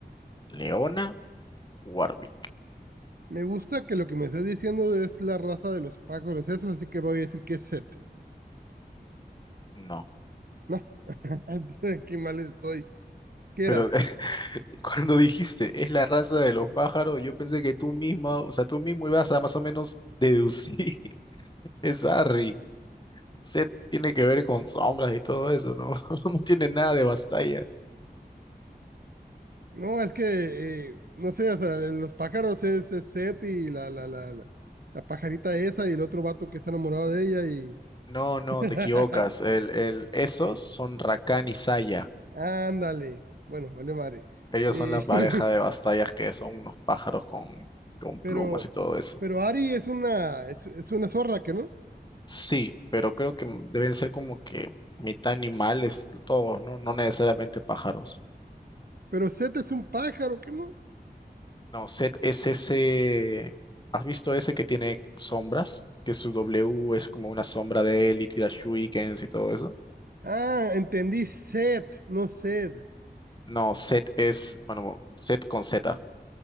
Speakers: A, on the left (about 25°); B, on the right (about 65°).
A: Leona, Warwick.
B: Me gusta que lo que me estás diciendo es la raza de los pájaros esos, así que voy a decir que es Set.
A: No,
B: No, <laughs> qué mal estoy. ¿Qué
A: pero
B: era?
A: <laughs> cuando dijiste es la raza de los pájaros, yo pensé que tú misma, o sea, tú mismo ibas a más o menos deducir <laughs> es Arri. Seth tiene que ver con sombras y todo eso, ¿no? <laughs> No tiene
B: No,
A: nada de Bastaya.
B: no, es que, eh, no sé, o sea, los pájaros es, es Set y la, la, la, la, la pajarita esa y el otro vato que está enamorado de ella y...
A: No, no,
B: <laughs>
A: te equivocas. El, el- esos son Rakan y Saya.
B: Ándale. Bueno, vale, madre.
A: Ellos
B: Eh,
A: son la pareja
B: <laughs>
A: de bastallas que son unos pájaros con, con plumas
B: pero,
A: y todo eso.
B: pero Ari es una, es, es una zorra, ¿que no?
A: Sí, pero creo que deben ser como que mitad animales todos, ¿no? No necesariamente pájaros.
B: Pero Set es un pájaro, ¿qué no?
A: No, Set es ese... ¿Has visto ese que tiene sombras? Que su W es como una sombra de él y tira shurikens y todo eso.
B: Ah, entendí Set, no Sed.
A: No, Set es... Bueno, Set con Z.